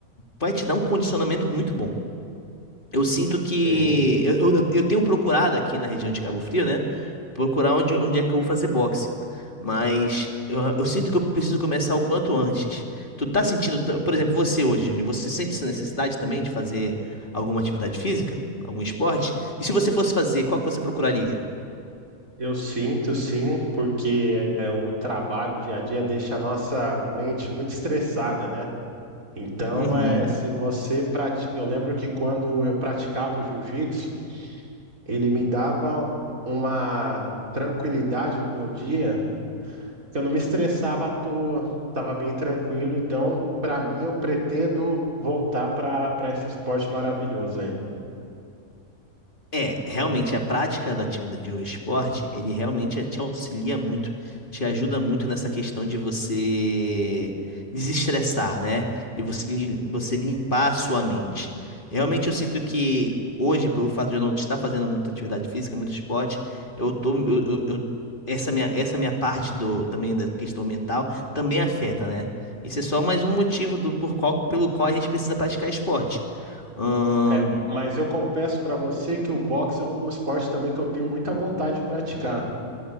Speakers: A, on the left (about 35°); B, on the right (about 70°).
A: vai te dar um condicionamento muito bom. Eu sinto que.
B: Sim,
A: Eu, eu, eu tenho procurado aqui na região de Cabo Frio, né? Procurar onde, onde é que eu vou fazer boxe. Mas eu, eu sinto que eu preciso começar o quanto antes. Tu tá sentindo. t- Por exemplo, você hoje, Júnior, você sente essa necessidade também de fazer alguma atividade física? Algum esporte? E se você fosse fazer, qual que você procuraria?
B: eu sinto sim, porque é, o trabalho, o dia a dia deixa a nossa mente muito estressada, né? Então,
A: Uhum.
B: é, se você pratica, eu lembro que quando eu praticava o jiu-jitsu, ele me dava uma tranquilidade no meu dia, que eu não me estressava à toa, estava bem tranquilo. Então, para mim, eu pretendo voltar para para esse esporte maravilhoso aí.
A: É, realmente, a prática da atividade de um esporte, ele realmente te auxilia muito, te ajuda muito nessa questão de você desestressar, né? De você, lim- você limpar a sua mente. Realmente, eu sinto que hoje, pelo fato de eu não estar fazendo muita atividade física, muito esporte, eu tô, eu, eu- eu- essa minha, essa minha parte do, também da questão mental também afeta, né? Isso é só mais um motivo do, por qual, pelo qual a gente precisa praticar esporte. Ahn,
B: É, mas eu confesso para você que o boxe é um esporte também que eu tenho muita vontade de praticar.